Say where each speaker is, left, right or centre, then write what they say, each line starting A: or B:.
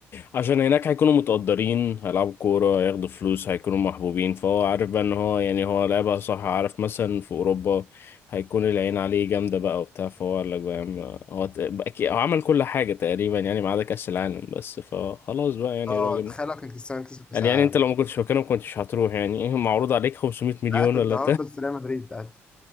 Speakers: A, on the left (about 50°); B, on the left (about 20°).
A: عشان هناك هيكونوا متقدرين هيلعبوا كورة هياخدوا فلوس هيكونوا محبوبين فهو عارف بقى ان هو يعني هو لعبها صح عارف مثلا في اوروبا هيكون العين عليه جامدة بقى وبتاع فهو قال لك بقى يا عم هو ت- بقى كي- هو عمل كل حاجة تقريبا يعني ما عدا كأس العالم بس فخلاص بقى يعني
B: اه
A: راجل
B: تخيل لو كان كريستيانو كسب كاس
A: قال
B: العالم
A: يعني انت لو ما كنتش مكانه ما كنتش هتروح يعني ايه معروض عليك 500 مليون
B: لا كنت
A: ولا
B: هفضل في ريال مدريد ده